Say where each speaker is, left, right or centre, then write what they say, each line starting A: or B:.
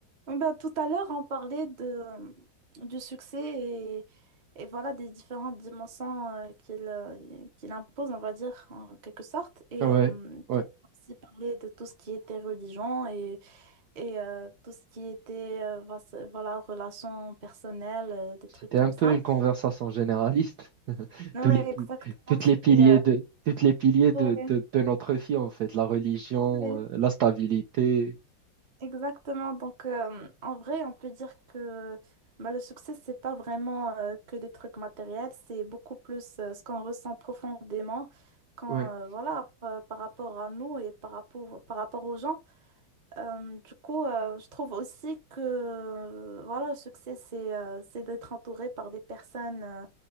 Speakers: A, on the right; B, on the right.
A: Oui, Bah, tout à l'heure, on parlait de, du succès et, et voilà des différentes dimensions euh, qu'il euh, qu'il impose, on va dire, en quelque sorte. Et
B: Ouais,
A: euh,
B: ouais.
A: puis, on a aussi parlé de tout ce qui était religion et, et euh, tout ce qui était euh, voici- voilà, relations personnelles, euh, des
B: C'était
A: trucs comme
B: un peu
A: ça.
B: une conversation généraliste. <laughs>
A: Ouais,
B: Tous les, pi-
A: exactement.
B: toutes
A: C'était.
B: les piliers
A: euh,
B: de, toutes les piliers de,
A: ouais,
B: de, de notre vie, en fait. La religion,
A: ouais.
B: euh, la stabilité.
A: Exactement. Donc, euh, en vrai, on peut dire que bah, le succès, c'est pas vraiment euh, que des trucs matériels, c'est beaucoup plus euh, ce qu'on ressent profondément quand,
B: Ouais,
A: euh, voilà, par, par rapport à nous et par rapport, par rapport aux gens. Euh, du coup, euh, je trouve aussi que, euh, voilà, le succès, c'est euh, c'est d'être entouré par des personnes euh,